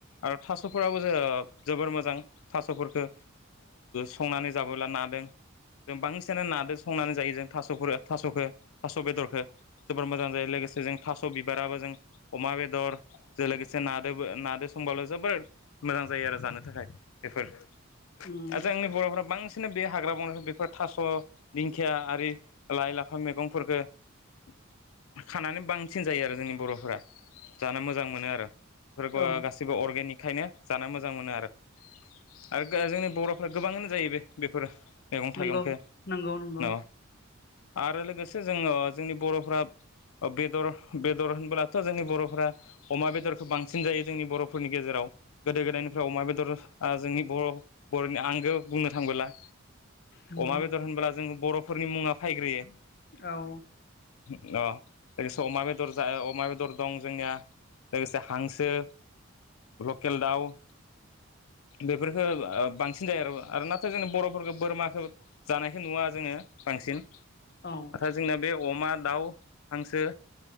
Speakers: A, on the left; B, on the left.
A: आरो थास'फोराबो जो जोबोर मोजां थास'फोरखौ संनानै जाबोब्ला नादों जों बांसिनानो नादों संनानै जायो जों थास' थास'खौ थास' बेदरखौ जोबोर मोजां जायो लोगोसे जों थास' बिबाराबो जों अमा बेदरजों लोगोसे नादो नादो संबाल' जोबोर मोजां जायो आरो जानो थाखाय बेफोर
B: उम
A: आर जोंनि बर'फ्रा बांसिन बे हाग्रा बंग्रायाव बेफोर थास' दिंखिया आरि लाइ लाफा मैगंफोरफोरखौ खानानै बांसिन जायो आरो जोंनि बर'फोरा जानो मोजां मोनो आरो बेफोरखौ
B: औ
A: गासिबो अर्गेनिकखायनो जानो मोजां मोनो आरो आरो जोंनि बर'फ्रा गोबाङानो जायो बे बेफोरो मैगं
B: नंगौ
A: थाइगंखौ
B: नंगौ नंगौ
A: न' आरो लोगोसे जोङो जोंनि बर'फ्रा बेदर बेदर होनबोलाथ' जोंनि बर'फोरा अमा बेदरखौ बांसिन जायो जोंनि बर'फोरनि गेजेराव गोदो गोदायनिफ्राय अमा बेदरा जोंनि बर' बर'नि आंगो बुंनो थांबोला
B: नंगौ
A: अमा बेदर होनब्ला बर'फोरनि मुङा फायग्रोयो
B: औ
A: अ लोगोसे अमा बेदर जा अमा बेदर दं जोंनिया लोगोसे हांसो लकेल दाउ बेफोरखौ बांसिन जायो आरो आरो नाथाय जोंनि बर'फोरखौ बोरमाखौ जानाय बेखौ नुवा जोङो बांसिन
B: औ
A: आथा जोंना बेव अमा दाउ हांसो